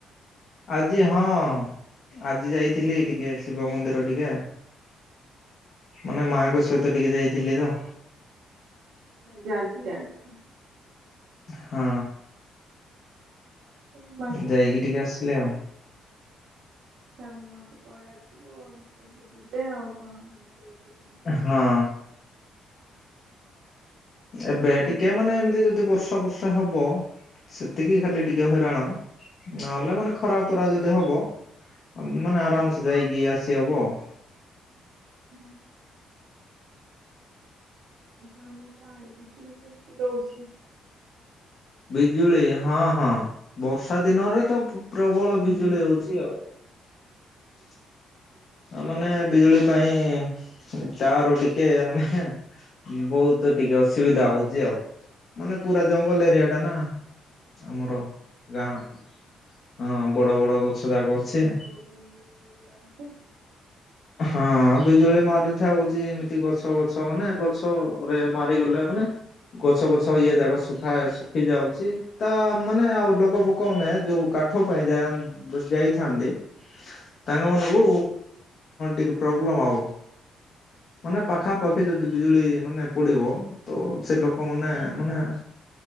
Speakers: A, on the left (about 60°); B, on the right (about 75°).
A: ଆଜି ହଁ ଆଜି ଯାଇଥିଲି ଟିକେ ଶିବ ମନ୍ଦିର ଟିକେ। ମାନେ ମାଙ୍କ ସହିତ ଟିକେ ଯାଇଥିଲି ତ?
B: ଯାଆନ୍ତି ଯାଆନ୍ତି।
A: ହଁ।
B: ଏଇ ମାସ
A: ଯାଇକି
B: ପରେ
A: ଟିକେ
B: ତ
A: ଆସିଲେ ଆଉ।
B: ଶ୍ରାବଣ ମାସ ପଳେଇ ଆସିବ ଆ ସବୁ ଯିବେ ଆଉ କଣ ମନ୍ଦିର କୁ। ହୁଁ।
A: ହଁ ଏବେ ଟିକେ ମାନେ ଏମିତି ଯଦି ବର୍ଷା ଫର୍ଷା ହବ। ସେତିକି ଖାଲି ଟିକେ ହଇରାଣ ନହେଲେ ମାନେ ଖରା ପରା ଯଦି ହବ ମାନେ ଆରାମସେ ଯାଇକି ଆସିହବ ଆଉ।
B: ହୁଁ। ଆପଣଙ୍କ ପାହାଡେ ବିିଚୁଳି କେମିତି ରହୁଛି?
A: ବିଜୁଳି ହଁ ହଁ ବର୍ଷା ଦିନରେ ତ ପ୍ରବଳ ବିଜୁଳି ହଉଛି ଆଉ। <inaudible> ତାମାନେ ବିଜୁଳି ପାଇଁ ଚାରୁ ଟିକେ ମାନେ ବହୁତ ଟିକେ ଅସୁବିଧା
B: ରହୁଛି ନା?
A: ହଉଛି ଆଉ। ମାନେ ପୁରା ଜଙ୍ଗଲ
B: ଆଜ୍ଞା
A: ଏରିଆ ଟା ନା ଆମର
B: ଆଜ୍ଞା।
A: ଗାଁ। ହଁ ବଡ ବଡ ଗଛ
B: ନେଟୱାର୍କ
A: ଯାଗ ଅଛି।
B: ପ୍ରୋବ୍ଲେମ ବହୁତ। ଯିବା ତାଠୁ
A: ହଁ ବିଜୁଳି ମାରିଥା ହଉଛି ଏମିତି ଗଛ ଗଛ ମାନେ ଗଛ ରେ ମାରିଗଲେ ମାନେ ଗଛ ଗଛ ଇଏ ଯାକ ଶୁଖା ଖି ଯାଉଛି ତା ମାନେ ଆଉ ଲୋକ ଫୋକ ମାନେ ଯୋଉ କାଠ ପାଇଁ ଯାଏ। ବୁ ଯାଇଥାନ୍ତି। ତାଙ୍ଗ ମାନଙ୍କୁ ଟିକେ ପ୍ରୋବ୍ଲେମ ଆଉ ମାନେ ପାଖାପାଖି
B: ଏମତି
A: ଯଦି। ବିଜୁଳି ମାନେ ପଡିବ ତ ସେ ଲୋକମାନୋନେ ମାନେ